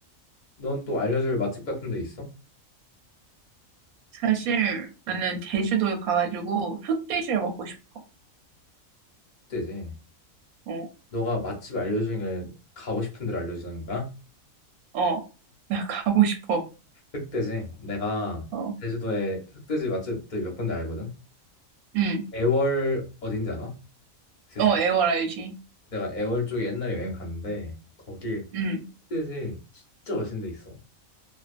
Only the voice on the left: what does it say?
넌 또 알려줄 맛집 같은 데 있어?
흑돼지.
너가 맛집 알려주는 게 가고 싶은 데를 알려주는 거야?
흑돼지. 내가
제주도에 흑돼지 맛집들 몇 군데 알거든.
애월 어딘지 알아? 제주도.
내가 애월 쪽에 옛날에 여행 갔는데 거기
흑돼지 진짜 맛있는 데 있어.